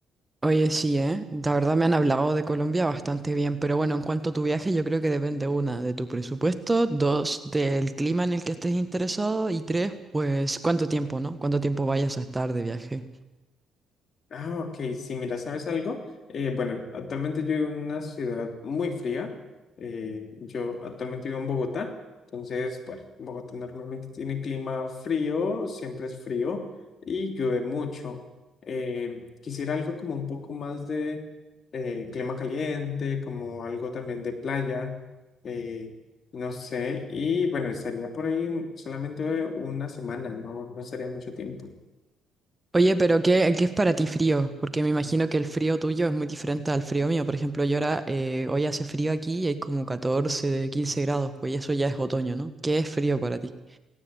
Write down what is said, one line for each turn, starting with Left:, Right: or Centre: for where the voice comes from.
Right: Oye, sí, ¿eh? La verdad me han hablado de Colombia bastante bien, pero bueno, en cuanto a tu viaje, yo creo que depende, una, de tu presupuesto, dos, del clima en el que estés interesado, y tres, pues, cuánto tiempo, ¿no? Cuánto tiempo vayas a estar de viaje.
Left: Ah, ok, sí, mira, ¿sabes algo? Eh, bueno, actualmente yo vivo en una ciudad muy fría. eh, yo actualmente vivo en Bogotá, entonces, bueno, Bogotá normalmente tiene clima frío, siempre es frío y llueve mucho. Eh, quisiera algo como un poco más de eh, clima caliente, como algo también de playa, eh, no sé, y bueno, estaría por ahí solamente una semana, no, no estaría mucho tiempo.
Right: Oye, pero ¿qué, qué es para ti frío? Porque me imagino que el frío tuyo es muy diferente al frío mío. Por ejemplo, yo ahora, eh, hoy hace frío aquí y hay como 14, 15 grados, pues eso ya es otoño, ¿no? ¿Qué es frío para ti?